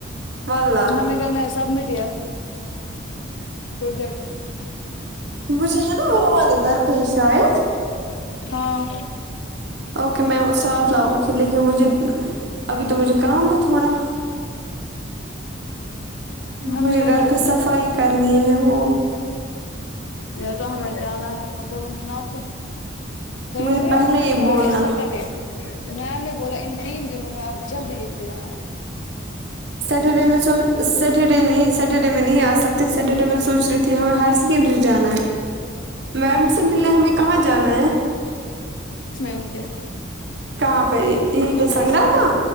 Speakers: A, on the right; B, on the left.
A: واللہ
B: ہم میں گ سبمٹ پروجیکٹ
A: مجھے ہے نا وہ والے گھر پیش آئے
B: ہاں
A: اوکے میں ساتھ لاؤں گی لیکن مجھے ابھی تو مجھے کام ہے تھوڑا
B: ہمیں
A: مجھے
B: یہ
A: گھر
B: تو
A: پہ صفائی کرنی ہے وہ
B: یہ تو ہمیں جانا ہے نا گولو ملاس تھرزڈے
A: مجھے پہلے ہی
B: فرائیڈے
A: بولنا
B: سٹرڈے میم نے بولا ان تین دنوں میں آپ جلد ایک دن آ
A: سیٹرڈے میں سو سیٹرڈے نہیں سیٹرڈے میں نہیں آ سکتی سیٹرڈے میں سوچ رہی تھی ہمیں ہر کنڈری جانا ہے میم سے ملنے ہمیں کہاں جانا ہے
B: سن کیا
A: کہاں پہ یہیں پہ سنگراما
B: ساتھ